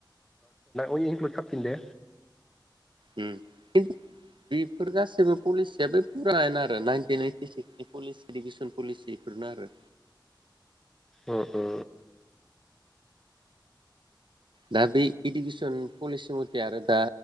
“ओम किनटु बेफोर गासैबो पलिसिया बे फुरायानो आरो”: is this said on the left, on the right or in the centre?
Right